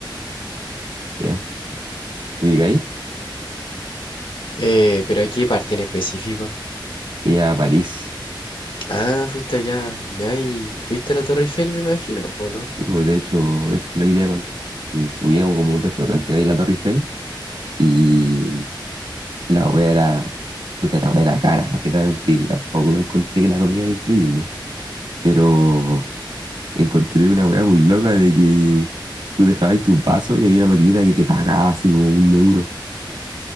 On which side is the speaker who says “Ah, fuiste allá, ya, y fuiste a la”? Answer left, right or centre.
Left